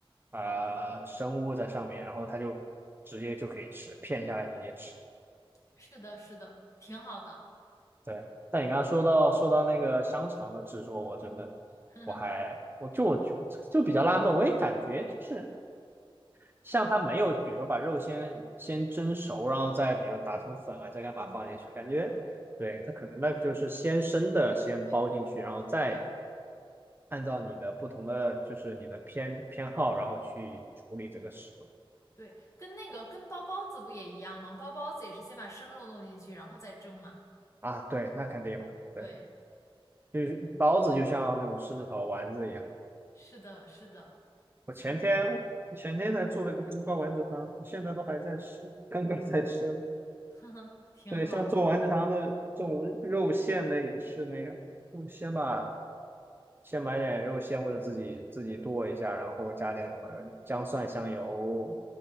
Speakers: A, on the right; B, on the left.
A: 呃生物在上面，然后它就直接就可以吃，片下来直接吃。
B: 是的，是的，挺好的，
A: 对，但你刚刚说到说到那个香肠的制作，我真的我还我就我就就比较纳闷，
B: <laughs> 哼哼，
A: 我也感觉就是像它没有，比如说把肉先先蒸熟，然后再比如打成粉啊，再干嘛放进去，感觉对它可能那个就是先生的先包进去，
B: 对，
A: 然后再
B: 是的，
A: 按照你的不同的就是你的偏偏好，然后去处理这个食物
B: 对，跟那个跟包包子不也一样吗？包包子也是先把生肉弄进去，然后再蒸嘛。
A: 啊，对，那肯定嘛，
B: 对，
A: 对，就是包子就像那种狮子头丸子一样。
B: 是的，是的，
A: 我前天我前天才做了个冬瓜丸子汤，
B: 确实，<laughs>
A: 我现在都还在吃，刚刚在吃。
B: 哼哼，挺好的，
A: 对，像做丸子汤的这种肉馅的也是那样，就先把先买点肉馅或者自己自己剁一下，然后加点什么姜蒜、香油、